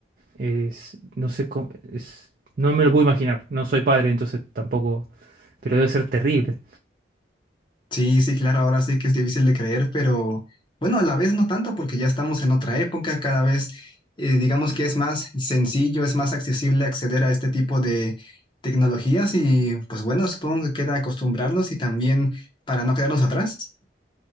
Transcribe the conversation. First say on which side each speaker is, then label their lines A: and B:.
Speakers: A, on the right (about 45°); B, on the left (about 25°).
A: Es, no sé cómo, es- no me lo puedo imaginar. No soy padre, entonces tampoco, pero debe ser terrible.
B: Sí, sí, claro, ahora sí que es difícil de creer, pero bueno, a la vez no tanto porque ya estamos en otra época, cada vez eh, digamos que es más sencillo, es más accesible acceder a este tipo de tecnologías y pues bueno, supongo que queda acostumbrarnos y también para no quedarnos atrás.